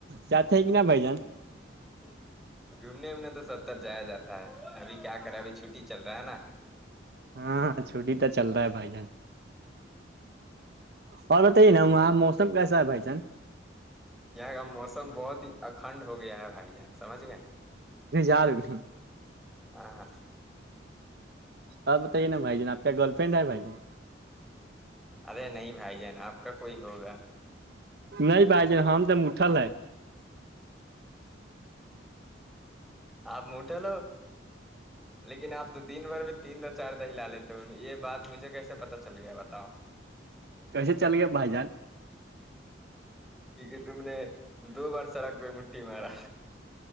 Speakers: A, on the right; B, in the centre.
A: جاتے ہیں کہ نا بھ جان
B: <inaudible> گھومنے وومنے تو سب تر جایا جاتا ہے ابھی کیا کر رہا ہے ابھی چھٹی چل رہا ہے نا
A: ہاں ہاں چھٹی تو چل رہا ہے بھائی جان اور توی ہے ن وہاں موسم کیسا ہے بھائی جان
B: یہاں کا موسم بہت ہی اکھنڈ ہو گیا ہے بھائی جان سمجھ گئے
A: جا رہے ہو
B: ہاں ہاں
A: بات بتے نا بائی جن آپ گرفرینڈ ہے بھائی جان
B: ارے نہیں بھائی جان آپ کا کوئی ہوگا
A: نہیں بھائی ج ہم تو اٹھل ہے
B: آپ موٹے لو لیکن آپ تو دن بھر میں تین دو چار دہ ہلا لیتے ہو یہ بات مجھے کیسے پتا چل گیا بتاؤ
A: کیسے چل گیا بھائی جان
B: کیونکہ تم نے دو برس رگ کوئی مٹھی مارا